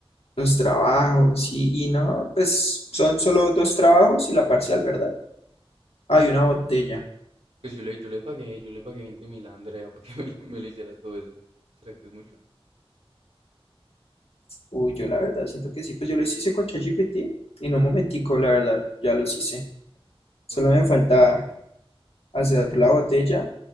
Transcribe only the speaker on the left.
Los trabajos y, y no, pues son solo dos trabajos y la parcial, ¿verdad? Hay una botella.
Uy, yo la verdad siento que sí, pues yo los hice con ChatGPT en un momentico, la verdad, ya los hice. Solo
me
falta
hacer la botella